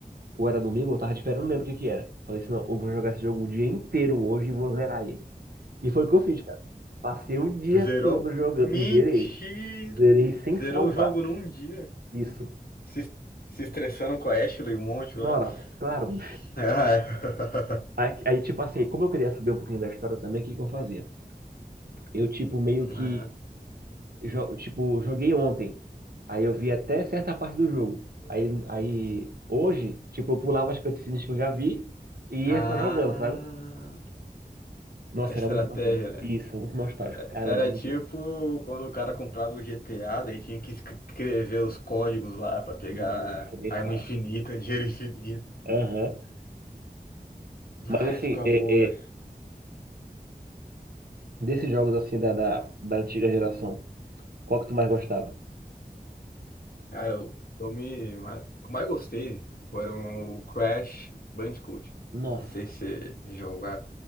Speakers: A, on the right; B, on the left.
A: ou era domingo, eu tava de férias, eu não lembro o que que era. Falei assim, não, eu vou jogar esse jogo o dia inteiro hoje e vou zerar ele. E foi o que eu fiz, cara. Passei o dia
B: Zerou?
A: todo jogando
B: Mentira!
A: e zerei. Zerei sem
B: Zerou
A: salvar.
B: o jogo num dia.
A: Isso.
B: Se, se estressando com a Ashley, um monte lá.
A: Nora,
B: <laughs>
A: claro.
B: Ah, é.
A: Aí, aí, tipo assim, como eu queria saber um pouquinho da história também, o que que eu fazia? Eu, tipo, meio
B: Aham.
A: que. jo- tipo, joguei ontem. Aí eu vi até certa parte do jogo. Aí, aí hoje, tipo, eu pulava as cutscenes que eu já vi e
B: Ah,
A: ia só jogando, sabe? Nossa,
B: a estratégia,
A: era muito bacana.
B: né?
A: Isso, muito nostálgico. Caramba,
B: Era
A: muito
B: tipo
A: bom.
B: quando o cara comprava o GTA, daí tinha que escre- escrever os códigos lá pra pegar
A: Nossa, nem
B: arma
A: fala.
B: infinita, dinheiro infinito.
A: Aham.
B: Ah,
A: Mas assim,
B: época
A: é,
B: boa.
A: é, Desses jogos assim da, da, da antiga geração, qual que tu mais gostava?
B: Cara, o filme ma- que eu mais gostei foram o Crash Bandicoot.
A: Nossa.
B: Não sei se você jogava.